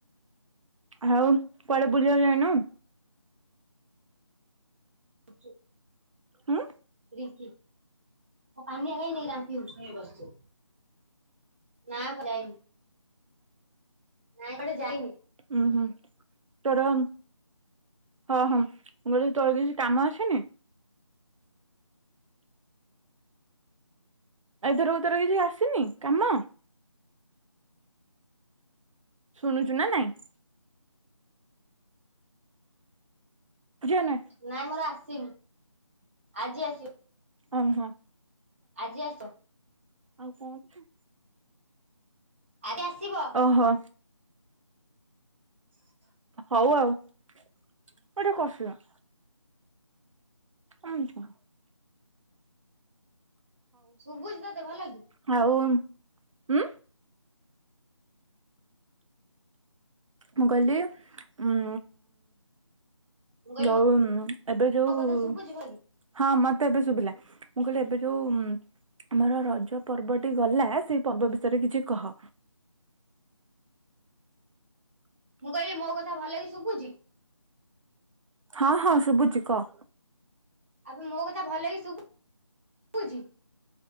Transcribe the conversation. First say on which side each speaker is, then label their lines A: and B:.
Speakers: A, on the right; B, on the right.
A: ଆଉ କୁଆଡେ ବୁଲିବାକୁ ଯାଇନୁ?
B: <unintelligible>
A: ହଁ।
B: ରିିଙ୍କି, ମୋ ପାନୀୟ କାଇ ନାଇ? ଟାଙ୍କି ଉପରେ କାଇଁ ବସିଚ? ନା ଖରା ହେଇନି। ନାଇଁ ଏପଟେ ଯାଇନି।
A: ଉୁଁ ହୁଁ, ତୋର ହଁ ହଁ ମୁଁ ଗୋ ତୋର କିଛି କାମ ଅସେନି। ଏଥର ଉଥର କିଛି ଆସିନି କାମ। ଶୁଣୁଛୁ ନା ନାଇଁ। ଜାନା।
B: ନାଇଁ ମୋର ଆସିନି ଆଜି ଆସିବ।
A: ଓହୋ।
B: ଆଜି ଆସିବ
A: ଆଉ କଣ
B: ଆଜି ଆସିବ।
A: ଓହୋ।
B: <inaudible>
A: ହଉ ଆଉ। ଏଟା କସିବା। ଆନ୍ତ।
B: ସୁଭୁଚି ତତେ ଭଲ କି?
A: ହଉ ହୁଁ। ମୁଁ ଗଲି ଉଁ
B: ମୁଁ କହିଲି
A: ଯଉ ଏବେ
B: ମୋ
A: ଯୋଉ
B: କଥା ଶୁଭୁଛି ଭଲ କି?
A: ହଁ ମତେ ଏବେ ଶୁଭିଲା। ମୁଁ କହିଲି ଏବେ ଯୋଉ ଆମର ରଜ ପର୍ବଟି ଗଲା ସେଇ ପର୍ବ ବିଷୟରେ କିଛି କହ।
B: ମୁଁ କହିଲି ମୋ କଥା ଭଲକି ଶୁଭୁଛି?
A: ହଁ ହଁ ଶୁଭୁଛି କହ।
B: ଆବେ ମୋ କଥା ଭଲକି ଶୁଭୁଛି।